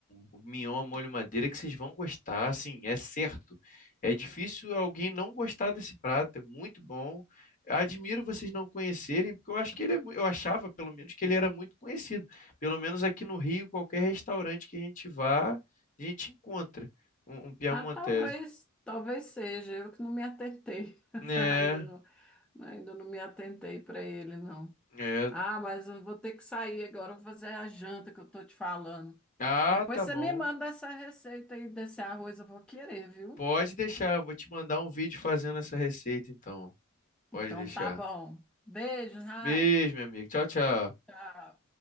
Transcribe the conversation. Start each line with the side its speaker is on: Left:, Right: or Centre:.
Left: o mignon à molho madeira que vocês vão gostar, assim, é certo. É difícil alguém não gostar desse prato, é muito bom. Admiro vocês não conhecerem, porque eu acho que ele é, mui- eu achava pelo menos que ele era muito conhecido. Pelo menos aqui no Rio, qualquer restaurante que a gente vá, a gente encontra um, um Piemontese.
Centre: Ah, talvez, talvez seja, eu que não me atentei.
Left: É,
Centre: <laughs> Ainda não, ainda não me atentei para ele, não.
Left: é.
Centre: Ah, mas eu vou ter que sair agora, eu vou fazer a janta que eu tô te falando.
Left: Ah,
Centre: Depois
Left: tá
Centre: você
Left: bom.
Centre: me manda essa receita aí desse arroz, eu vou querer, viu?
Left: Pode deixar, vou te mandar um vídeo fazendo essa receita então.
Centre: Então
Left: Pode deixar.
Centre: tá bom. Beijo, Raio.
Left: Beijo, meu amigo. Tchau, tchau.
Centre: Tchau.